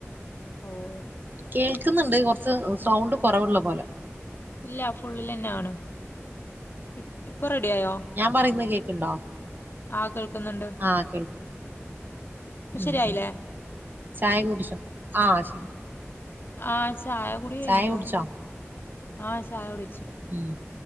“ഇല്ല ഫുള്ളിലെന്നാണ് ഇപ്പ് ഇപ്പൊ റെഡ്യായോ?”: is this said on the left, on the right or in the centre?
Left